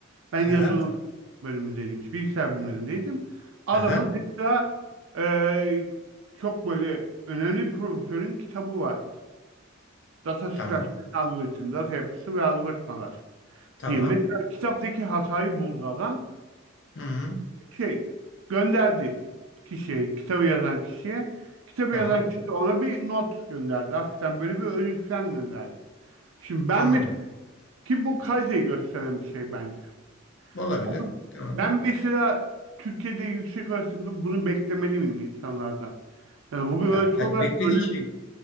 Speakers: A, on the right (about 75°); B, on the left (about 60°).
A: Ben yazılım
B: Aha,
A: bölümündeydim. işte Bilgisayar bölümündeydim. Adamın
B: aha,
A: mesela e, çok böyle önemli bir profesörün kitabı var. Data Structure
B: tamam,
A: and Algorithm, Data Yapısı ve Algoritmalar
B: tamam.
A: diye. Mesela kitaptaki hatayı buldu adam.
B: Hı, hı,
A: Şey, gönderdi kişiye, kitabı yazan kişiye. Kitabı
B: tamam.
A: yazan kişi de ona bir not gönderdi. Hafiften böyle bir ödül falan gönderdi. Şimdi ben
B: Anladım.
A: mesela Ki bu kaliteyi gösteren bir şey bence.
B: Olabilir.
A: Ama
B: Tamam.
A: ben mesela Türkiye'de yüksek öğretimde bunu beklemeli miyim insanlardan? Yani bu bir ölçü
B: Ya tel-
A: olarak
B: beklediğin
A: böyle.
B: şey